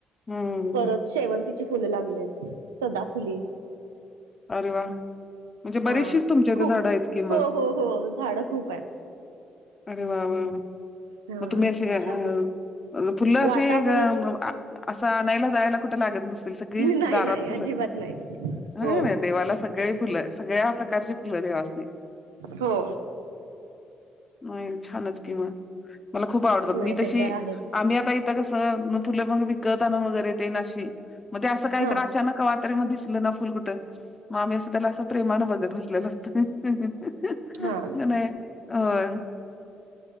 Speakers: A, on the left; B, on the right.
A: हू हू
B: परत
A: हू.
B: शेवंतीची फुलं लागलेत. सदाफुली
A: अरे वा! म्हणजे बरीेचशीच,
B: हा
A: तुमच्या इथ
B: खूप
A: झाडं आहेत कि मग.
B: हो हो हो झाडं खूप आहेत
A: अरे वा वा वा!
B: हा
A: मग तुम्ही असे अ
B: छान आहे
A: फुल्ल अशीे
B: वातावरण
A: ग म आ असं आणायला जायला कुठे लागत नसतील, सगळी
B: नाही
A: दारात
B: नाही
A: फुल.
B: अजिबात नाही.
A: हाय
B: हो
A: का नाही. देवाला सगळी फुलं. सगळ्या प्रकारची फुलं देवासनी.
B: हो.
A: नाही छानच कि म. मला खूप आवडतात.
B: नाही
A: मी तशी
B: ते तर आहेच
A: आम्ही आता इथ कस फुल म विकत आनुन वगैरे ते न अशी, मग ते असं कायतरी
B: हा
A: अचानक कवातरी म दिसल नव फुल कुठं? मग आम्ही असं त्याला असं प्रेमानं बघत बसलेलं असतय होय का
B: हा
A: नाही? होय.